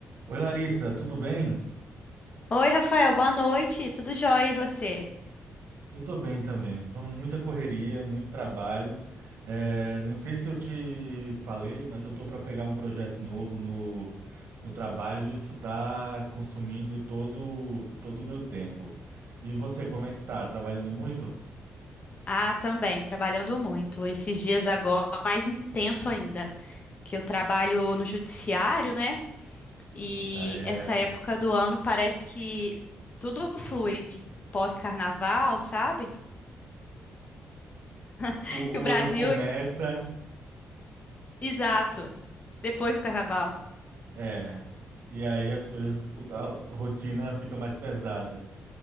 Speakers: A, on the right; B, on the left.
A: Oi, Larissa, tudo bem?
B: Oi, Rafael, boa noite. Tudo jóia e você?
A: Eu estou bem também. Só muita correria, muito trabalho. É, não sei se eu te falei, mas eu estou para pegar um projeto novo no, no trabalho e isso está consumindo todo todo o meu tempo. E você, como é que tá? Trabalhando muito?
B: Ah, também, trabalhando muito. Esses dias agora, mais intenso ainda, que eu trabalho no judiciário, né? E
A: Eita, é,
B: essa época do ano parece que tudo flui pós-carnaval, sabe? <laughs>
A: o,
B: Que o
A: o
B: Brasil,
A: ano começa,
B: exato, depois do carnaval.
A: é, e aí as coisas, a rotina fica mais pesada.